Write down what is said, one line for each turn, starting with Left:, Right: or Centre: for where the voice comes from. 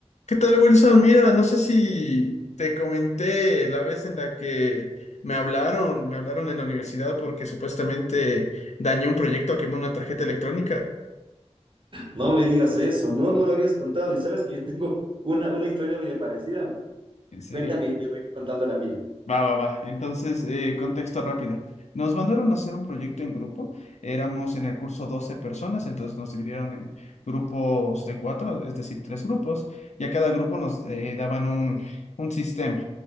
Left: ¿Qué tal, Wilson? Mira, no sé si te comenté la vez en la que me hablaron, me hablaron en la universidad porque supuestamente dañé un proyecto, quemé una tarjeta electrónica.
Right: No me digas eso, no, no me habías contado. Y sabes que yo tengo una, una historia media parecida.
Left: ¿En serio?
Right: Cuéntame y te voy contando la mía.
Left: Va, va, va. Entonces, eh, contexto rápido. Nos mandaron a hacer un proyecto en grupo. Éramos en el curso 12 personas, entonces nos dividieron en grupos de cuatro, es decir, tres grupos, y a cada grupo nos eh, daban un, un sistema.